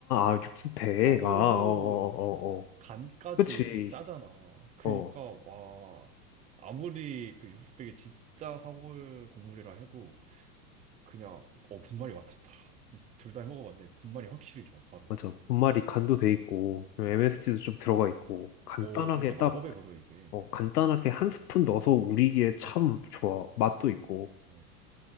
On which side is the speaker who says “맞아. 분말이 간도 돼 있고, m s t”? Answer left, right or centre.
Left